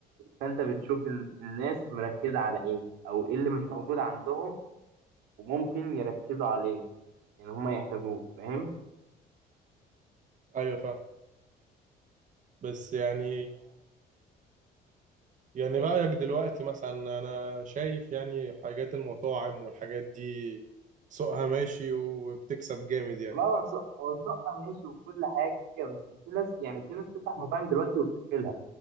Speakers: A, on the right; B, on the right.
A: فانت بتشوف ال- الناس مركزه على ايه او ايه اللي مش موجود عندهم وممكن يركزوا عليه يعني هم يحتاجوه فاهم
B: ايوه فاهم بس يعني يعني رايك دلوقتي مثلا انا شايف يعني حاجات المطاعم والحاجات دي سوقها ماشي وبتكسب جامد يعني
A: فخلاص هو شقه ماشي وكل حاجه بس في ناس يعني في ناس بتفتح مطاعم دلوقتي وبتقفلها